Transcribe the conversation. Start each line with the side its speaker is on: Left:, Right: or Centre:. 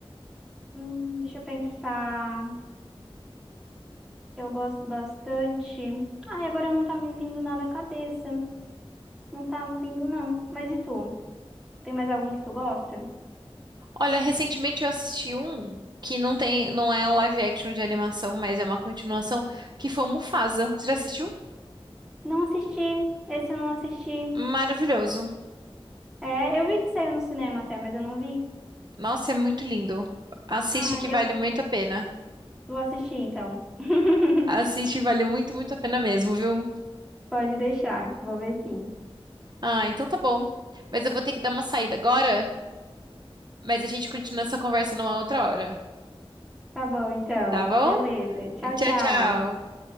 Centre: Hum, deixa eu pensar. Eu gosto bastante. Ai, agora não tá me vindo nada à cabeça. Não tá me vindo, não. Mas e tu? Tem mais algum que tu gosta?
Right: Olha, recentemente eu assisti um que não tem, não é um live action de animação, mas é uma continuação, que foi o Mufasa. Você já assistiu?
Centre: Não assisti. Esse eu não assisti.
Right: Maravilhoso.
Centre: É, eu vi que saiu no cinema até, mas eu não vi.
Right: Nossa, é muito lindo. Assiste
Centre: Ai,
Right: que vale
Centre: eu
Right: muito a pena.
Centre: vou assistir então. <laughs>
Right: Assiste, vale muito, muito a pena mesmo, viu?
Centre: Pode deixar. Vou ver sim.
Right: Ah, então tá bom. Mas eu vou ter que dar uma saída agora, mas a gente continua essa conversa numa outra hora,
Centre: Tá bom, então.
Right: tá bom?
Centre: Beleza. Tchau,
Right: Tchau,
Centre: tchau.
Right: tchau.